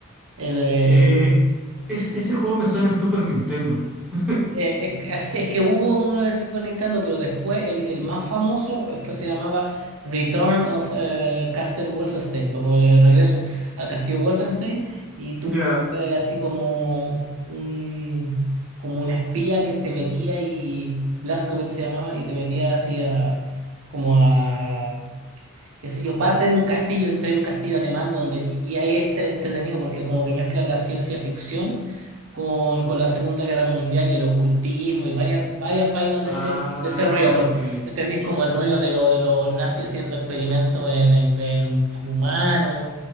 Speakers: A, on the right; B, in the centre.
A: El, eh,
B: Eh, es- ese juego me suena en Super Nintendo. <laughs>
A: eh, es, que así- es que hubo uno de Super Nintendo, pero después el, el más famoso fue, fue- se llamaba Return of eh, Castle Wolfenstein, como el regreso al castillo Wolfenstein, y tú
B: Ya.
A: eh, así como un, como un espía que te metía y Blazkowicz se llamaba, y te metía así a, como a qué sé yo, parte en un castillo, entre un castillo alemán donde, y, y ahí es tre- entretenido porque como que mezcla la ciencia ficción con, con la Segunda Guerra Mundial y el ocultismo y varias, varias vainas
B: Ah,
A: de ese, de ese rollo, porque
B: ok.
A: ¿me entendís? Como el rollo de lo de los nazis haciendo experimentos en, en, en hum- en humanos